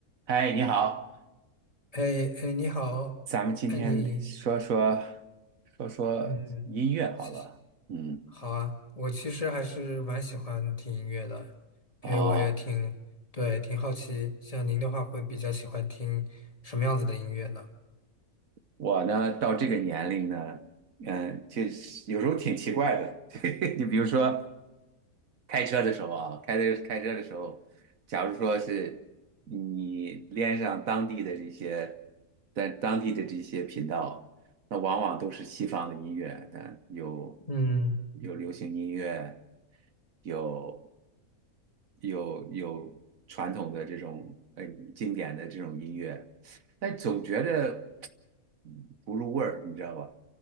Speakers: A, on the right; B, on the left.
A: 嗨，你好，
B: 哎哎，你好，
A: 咱们今天说说
B: 哎你，
A: 说说音乐好了。
B: 嗯，谢谢，
A: 嗯，
B: 好啊，我其实还是蛮喜欢听音乐的，
A: 哦，
B: 因为我也挺，对，挺好奇，像您的话会比较喜欢听什么样子的音乐呢？
A: 我呢到这个年龄呢，嗯，就是有时候挺奇怪的。<laughs> 你比如说开车的时候啊，开车开车的时候，假如说是你连上当地的这些，在当地的这些频道，那往往都是西方的音乐，但有
B: 嗯，
A: 有流行音乐，有。有有传统的这种呃经典的这种音乐，但总觉得嗯不入味儿，你知道吧？